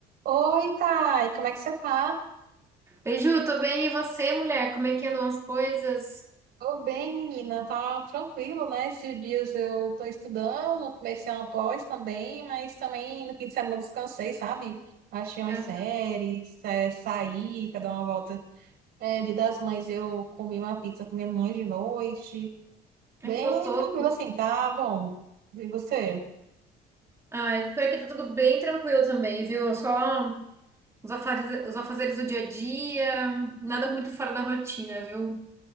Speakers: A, on the right (about 70°); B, on the right (about 15°).
A: Oi, Thay, como é que você tá?
B: Oi, Ju, tô bem. E você, mulher? Como é que andam as coisas?
A: Tô bem, menina, tá tranquilo, né? Esses dias eu tô estudando, comecei uma pós também, mas também no fim de semana eu descansei, sabe? Achei umas
B: Aham.
A: séries, é, saí pra dar uma volta. É, Dia das Mães eu comi uma pizza com minha mãe de noite, bem
B: Ai, que gostoso.
A: tranquilo assim, tá bom. E você?
B: Ai, por aqui tá tudo bem tranquilo também, viu? Só os afazeres, os afazeres do dia a dia, nada muito fora da rotina, viu?